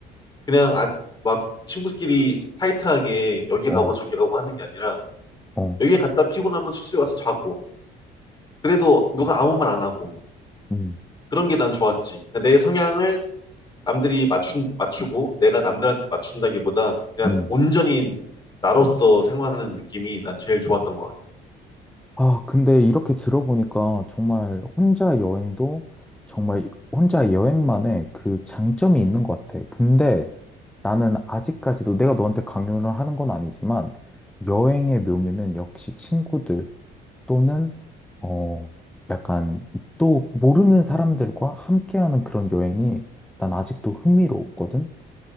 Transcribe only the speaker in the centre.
어,
어,
음,
음.
아, 근데 이렇게 들어보니까 정말 혼자 여행도 정말 혼자 여행만의 그 장점이 있는 것 같아. 근데 나는 아직까지도 내가 너한테 강요를 하는 건 아니지만 여행의 묘미는 역시 친구들 또는 어, 약간 또 모르는 사람들과 함께하는 그런 여행이 난 아직도 흥미로웠거든.